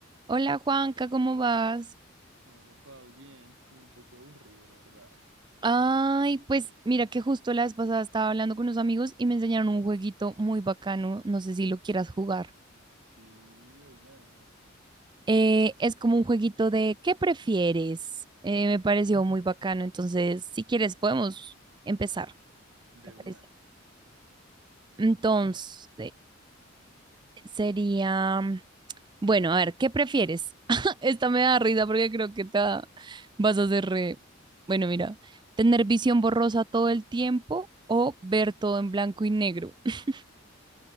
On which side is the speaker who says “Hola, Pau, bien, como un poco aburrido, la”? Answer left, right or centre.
Right